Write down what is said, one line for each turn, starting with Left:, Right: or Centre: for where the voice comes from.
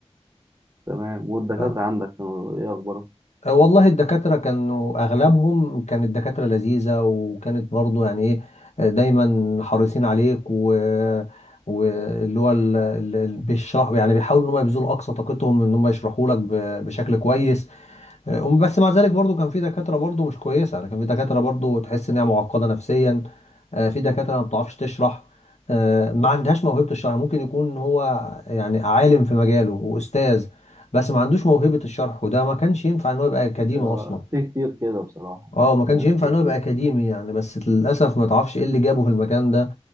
Right: تمام والدكاترة
Left: ف...
Right: عندك كانوا ايه اخبارهم؟
Left: آه، والله الدكاترة كانوا اغلبهم كانت دكاترة لذيذة وكانت برضو يعني ايه آه، دايما حريصين عليك و واللي هو ال- ال- ال- بيشرحوا يعني بيحاولوا ان هم يبذلوا اقصى طاقتهم ان هم يشرحوا لك ب- بشكل كويس آه، بس مع ذلك برضو كان في دكاترة برضو مش كويسة يعني كان في دكاترة برضو تحس انها معقدة نفسيا آه، في دكاترة ما بتعرفش تشرح آه، ما عندهاش موهبة الشرح يعني ممكن يكون هو يعني عالم في مجاله وأستاذ بس ما عندوش موهبة الشرح وده ما كانش ينفع ان هو يبقى أكاديمي
Right: آه،
Left: أصلا
Right: في كتير كده بصراحة يعني
Left: اه ما كانش
Right: في ناس
Left: ينفع
Right: كتير
Left: ان هو يبقى
Right: كده
Left: أكاديمي يعني بس للأسف ما تعرفش ايه اللي جابه في المكان ده